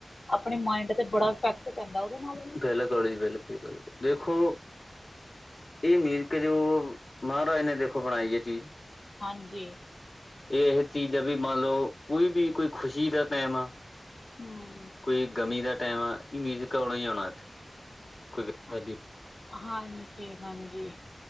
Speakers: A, on the left (about 85°); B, on the left (about 60°).
A: ਅਪਣੇ ਮਾਇੰਡ ਤੇ ਬੜਾ ਇਫੈਕਟ ਪੈਂਦਾ ਓਦੇ ਨਾਲ। ਵੀ
B: ਬਿਲਕੁਲ ਜੀ ਬਿਲਕੁਲ, ਬਿਲਕੁਲ ਵੇਖੋ ਏ ਮੀਜ਼ਿਕ ਜੋ ਮਹਾਰਾਜ ਨੇ ਦੇਖੋ ਬਣਾਈ ਐ ਚੀਜ਼।
A: ਹਾਂਜੀ।
B: ਏ ਏਹ ਚੀਜ਼ ਆ ਵੀ ਮੰਨ ਲੋਂ ਕੋਈ ਵੀ ਕੋਈ ਖੁਸ਼ੀ ਦਾ ਟਾਈਮ ਆ
A: ਹੂੰ।
B: ਕੋਈ ਗਮੀ ਦਾ ਟੈਮ ਆ ਮਿਊਜ਼ਿਕ ਆਉਣਾ ਹੀ ਆਉਣਾ। ਕੋਈ ਸ਼ਾਦੀ
A: ਹਾ, ਹਾਂਜੀ-ਹਾਂਜੀ